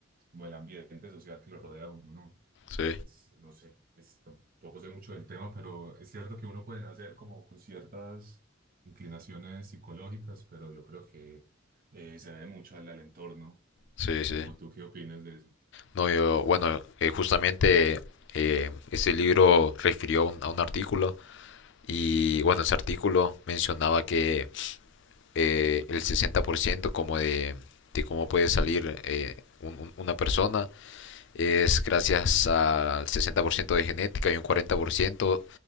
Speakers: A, on the right; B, on the left.
A: como del ambiente social que lo rodea a uno, ¿no?
B: Sí,
A: es- no sé, es- tampoco sé mucho del tema, pero es cierto que uno puede nacer como con ciertas inclinaciones psicológicas, pero yo creo que eh, se debe mucho al, al entorno.
B: sí, sí.
A: ¿O tú qué opinas de eso?
B: No, yo, bueno, eh, justamente eh, ese libro refirió a un, a un artículo y bueno, ese artículo mencionaba que eh, el 60% como de, de, cómo puede salir eh, un, un, una persona es gracias al 60% de genética y un 40%